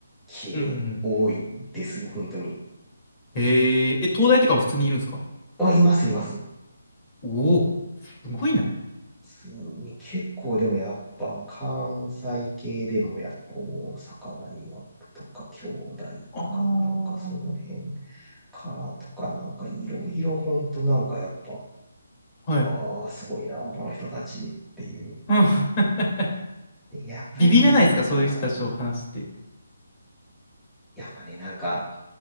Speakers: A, in the centre; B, on the left.
A: 系多いですよ、
B: うん。
A: 本当に。
B: えー、え、東大とかも普通にいるんですか
A: あ、います、います。
B: おおー、すごいな。
A: 普通に結構でもやっぱ関西系でもやっぱ大阪大学とか京大とかなんかその辺
B: ああ。
A: からとかなんかいろいろほんとなんかやっぱ、
B: はい。
A: ああ、
B: <laughs>
A: すごいな、この人たちっていう。
B: うん。<laughs>
A: で、やっぱりなんか、
B: ビビらないですかそういう人たちと話して。
A: やっぱね、なんか、